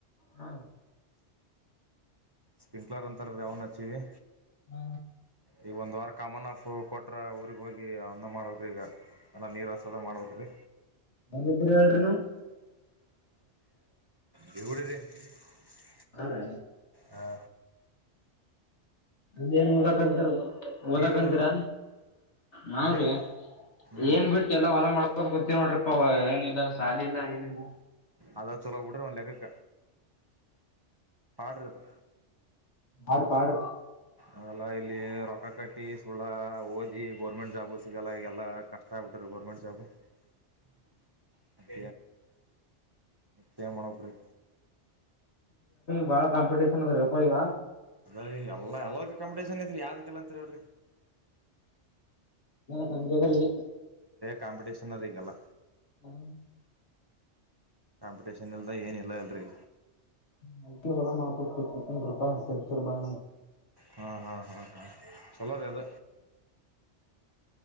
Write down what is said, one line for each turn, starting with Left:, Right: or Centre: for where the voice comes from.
Left: ಹಾ.
Right: ಸ್ಪ್ರಿಂಕ್ಲರ್ ಅಂತಾರ ಅವನ್ ಹಚ್ಚಿವಿ
Left: ಆ
Right: ಈಗ ಒಂದ್ ವಾರ ಕಾಮನ್ ಆಫ್. ಹೋಗಿ ಕೊಟ್ರ ಊರಿಗೆ ಹೋಗಿ ಅವನ್ನ ಮಾಡ್ಬೇಕ ಈಗ. ಎಲ್ಲ ನೀರು ಹಸೋದ ಮಾಡ್ಬೇಕು ರೀ
Left: ಹರು ಹೇಳನ ನೀವ್ <inaudible>
Right: ಬಗುಡಿರೆ <inaudible>
Left: ಹ್ಮ.
Right: ಹಾ.
Left: ಅದೇನ್ ಓದಕಂತ ಓದಕಂತೀರ
Right: ನೀವೆಲ್ಲಿದ್ರಿ
Left: ನಾವ್ರೀ
Right: ಊರೇ ಹ್ಞೂ
Left: ಏನ್ ಬಿಟ್ಟು ಎಲ್ಲ ಹೊಲ ಮಾಡಕ. <inaudible> ಗೊತ್ತರ್ ನೋಡ್ರಿಪ್ಪಾ ಏನಿಲ್ಲ ಸಾಲಿ ಇಲ್ಲ ಏನಿಲ್ಲ.
Right: ಅದ ಚಲೋ ಬಿಡ್ರಿ ಒಂದ್ ಲೆಕ್ಕಕ್ಕ. ಆಡ್ರ <unintelligible>
Left: ಆಡ್ ಪಾಡ.
Right: ಅವೆಲ್ಲ ಇಲ್ಲಿ ರೊಕ್ಕ ಕಟ್ಟಿ ಸುಳ್ಳ ಓದಿ ಗೋರ್ಮೆಂಟ್ ಜಾಬು ಸಿಗಲ್ಲ ಈಗಲ್ಲ ಕಷ್ಟ ಆಗ್ಬಿಟ್ರ ಗೋರ್ಮೆಂಟ್ ಜಾಬು. ಮತ್ತ. ಮತ್ಯೆ ಏನ್ ಮಾಡ್ಬೇಕ್ ರೀ.
Left: ಬಾಳ ಕಾಂಪಿಟೇಷನ್ ಅದ್ರಪ್ಪ ಈಗ.
Right: ಅದ್ರ ಎಲ್ಲಾ ಎಲ್ಲ ಕಾಪಿಟೇಷನ್ ಇದ್ರರಿ ಯಾವ್ದಕಲ್ಲ ಅಂತರಿಲ್ರಿ.
Left: ತಂಗ್ಯ ಕರಿ <inaudible>
Right: ಕಾಂಪಿಟೇಷನ ಇದ ಈಗಲ್ಲ.
Left: ಹಾ.
Right: ಕಾಂಪಿಟೇಷನ್ ಎಲ್ದ ಏನ ಇಲ್ಲ ಅಲ್ರಿ.
Left: ಮಂದಿ ಹೊಲಾ ಮಾಡ್ಕೋ. ಕುಪ ಕೃಪಾ ಸಕ ಬ <inaudible>
Right: ಹ ಹ ಹಾ ಹ ಚಾಲೋರಿ ಅದ.